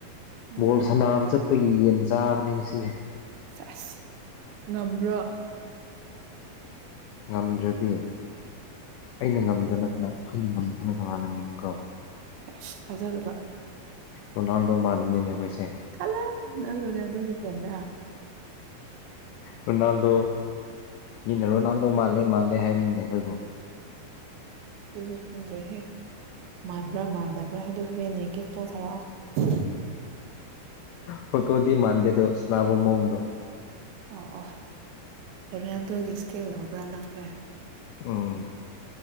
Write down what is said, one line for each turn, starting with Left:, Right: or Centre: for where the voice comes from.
Right: ꯑꯣ
Left: ꯕꯣꯜ
Right: ꯑꯣ
Left: ꯁꯥꯟꯅꯕ ꯆꯠꯄꯒꯤ ꯌꯦꯟ ꯆꯥꯕꯅꯤ ꯉꯁꯤꯗꯤ
Right: ꯁꯦꯁ ꯉꯝꯕ꯭ꯔꯣ
Left: ꯉꯝꯗ꯭ꯔꯗꯤ ꯑꯩꯅ ꯉꯝꯗꯅ ꯀꯥꯅ ꯑꯈꯣꯏꯅ ꯉꯝꯗꯅ ꯀꯥꯅꯅ ꯉꯝꯕ꯭ꯔꯣ
Right: ꯑꯁ ꯊꯥꯖꯗꯕ
Left: <inaudible> ꯔꯣꯅꯥꯜꯗꯣ ꯃꯥꯟꯕꯅꯤꯅꯦ ꯑꯈꯣꯏꯁꯦ
Right: ꯍꯜꯂ ꯅꯪ ꯔꯣꯅꯥꯜꯗꯣꯒꯤ ꯐꯦꯟꯂ
Left: ꯔꯣꯅꯥꯜꯗꯣ ꯃꯤꯅ ꯔꯣꯅꯥꯜꯗꯣ ꯃꯥꯜꯂꯦ ꯃꯥꯜꯂꯦ ꯍꯥꯏꯕꯅꯦ ꯑꯈꯣꯏꯕꯨ
Right: ꯇꯨꯔꯤ ꯈꯪꯗ꯭ꯔꯦꯍꯦ ꯃꯥꯟꯕ꯭ꯔꯥ ꯃꯥꯟꯗꯕ꯭ꯔꯥ ꯍꯥꯏꯕꯗꯨ ꯍꯣꯔꯦꯟ ꯌꯦꯡꯒꯦ ꯐꯣꯇꯣ ꯊꯥꯔꯛꯑꯣ
Left: ꯐꯣꯇꯣꯗꯤ ꯃꯥꯟꯗꯦꯗꯣ ꯁꯅꯥꯕꯣ ꯃꯑꯣꯡꯗꯣ
Right: ꯑꯣ ꯑꯣ ꯔꯣꯅꯥꯜꯗꯣꯒꯤ ꯏꯁꯀꯦꯜ ꯂꯧꯕ꯭ꯔꯥ ꯅꯪꯗꯤ
Left: ꯎꯝ